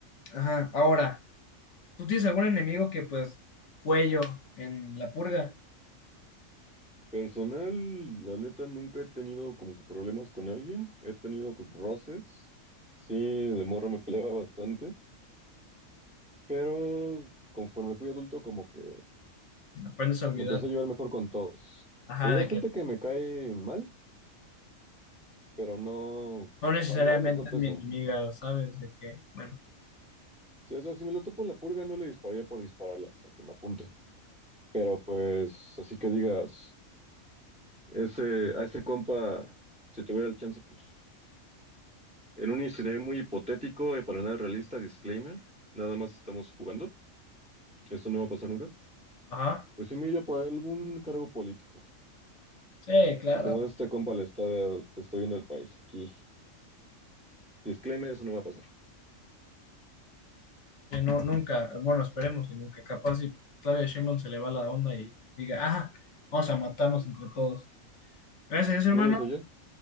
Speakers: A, on the left; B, in the centre.
A: ajá, ahora, ¿tú tienes algún enemigo que pues cuello en la purga?
B: Personal, la neta, nunca he tenido como que problemas con alguien. He tenido roces. Sí, de morro me peleaba bastante, pero conforme fui adulto como que
A: Aprendes a olvidar.
B: me empecé a llevar mejor con todos.
A: Ajá,
B: Te digo,
A: de
B: hay gente
A: que
B: que me cae mal, pero no,
A: no necesariamente
B: para llegar a los golpes
A: es mi
B: no.
A: enemiga, ¿sabes? De que, bueno,
B: Si, o sea, si me lo topo en la purga no le dispararía por dispararle hasta que me apunte. Pero pues, así que digas... Ese, a ese compa, si tuviera el chance, pues, en un escenario muy hipotético y para nada realista, disclaimer, nada más estamos jugando, esto no va a pasar nunca,
A: ajá,
B: pues sí me iría por algún cargo político.
A: sí, claro,
B: Si como a este compa le está te está viendo el país aquí, disclaimer, eso no va a pasar.
A: que no, nunca, bueno, esperemos y nunca, capaz si Claudia Sheinbaum se le va la onda y diga, ajá, vamos a matarnos entre todos. Gracias, hermano.
B: ¿No lo hizo ya?